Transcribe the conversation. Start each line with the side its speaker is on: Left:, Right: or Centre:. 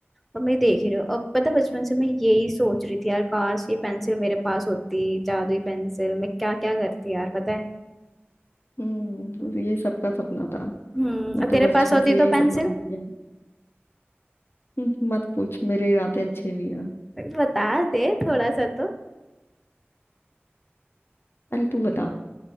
Centre: और मैं देख रही हूँ अब पता है, बचपन से मैं यही सोच रही थी यार काश ये पेंसिल मेरे पास होती जादुई पेंसिल मैं क्या क्या करती यार पता है
Left: हम्म ये सबका सपना था
Centre: हम्म
Left: मैं
Centre: और
Left: तो
Centre: तेरे
Left: बचपन
Centre: पास होती
Left: से
Centre: तो
Left: यही सपना
Centre: पेंसिल
Left: देखती आ रही हूँ। हम्म, मत पूछ मेरे इरादे अच्छे नहीं है
Centre: बता दे थोड़ा सा तो।
Left: पहले तू बता